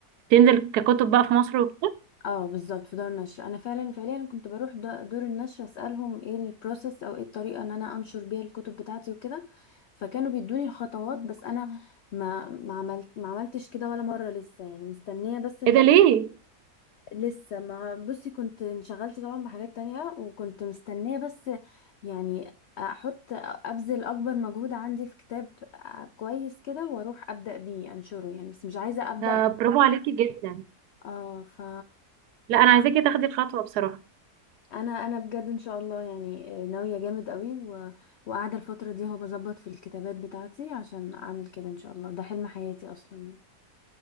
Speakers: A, on the right; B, on the left.
A: تنزل ككتب بقى في مصر وكده
B: اه بالظبط في دار النشر انا فعلا فعليا كنت بروح دا- دور النشر اسالهم ايه البروسيس او ايه الطريقه ان انا انشر بيها الكتب بتاعتي وكده فكانوا بيدوني الخطوات بس انا ما ما عملت ما عملتش كده ولا مره لسه يعني مستنيه بس ان
A: ايه
B: انا
A: ده ليه
B: لسه ما بصي كنت انشغلت طبعا بحاجات تانية وكنت مستنيه بس يعني احط ابذل اكبر مجهود عندي في كتاب آه، كويس كده واروح ابدا بيه انشره يعني بس مش عايزه ابدا
A: ده
B: ب-
A: برافو عليكي جدا
B: اه ف
A: لا انا عايزاكي تاخدي الخطوه بصراحه
B: انا انا بجد ان شاء الله يعني ناويه جامد قوي و... وقاعده الفتره دي هو بظبط في الكتابات بتاعتي عشان اعمل كده ان شاء الله ده حلم حياتي اصلا يعني